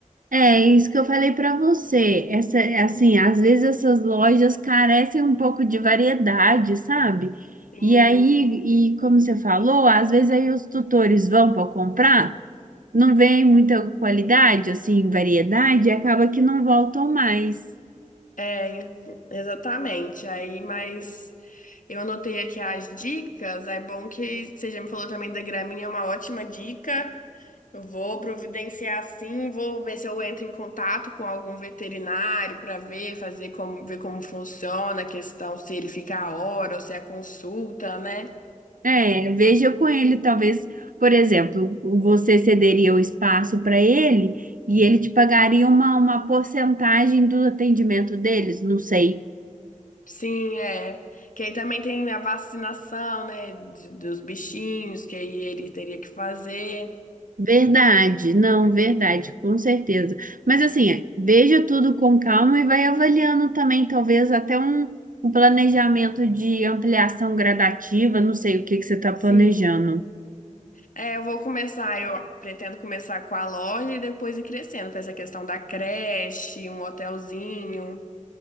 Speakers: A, on the right; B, on the left.
A: É isso que eu falei para você. Essa, assim, às vezes essas lojas carecem um pouco de variedade, sabe?
B: Sim.
A: E aí, e como você falou, às vezes aí os tutores vão para comprar, não vem muita qualidade, assim, variedade, e acaba que não voltam mais.
B: É, exatamente. Aí, mas eu anotei aqui as dicas. É bom que você já me falou também da graminha, é uma ótima dica. Eu vou providenciar sim, vou ver se eu entro em contato com algum veterinário para ver, fazer como, ver como funciona a questão, se ele fica a hora ou se é a consulta, né?
A: É, veja com ele, talvez, por exemplo, você cederia o espaço para ele e ele te pagaria uma, uma porcentagem do atendimento deles, não sei.
B: Sim, é. Que aí também tem a vacinação, né, de- dos bichinhos, que aí ele teria que fazer.
A: Verdade, não, verdade, com certeza. Mas assim, é, veja tudo com calma e vai avaliando também, talvez até um, um planejamento de ampliação gradativa, não sei o que que você está planejando.
B: Sim. É, eu vou começar, eu pretendo começar com a loja e depois ir crescendo para essa questão da creche, um hotelzinho.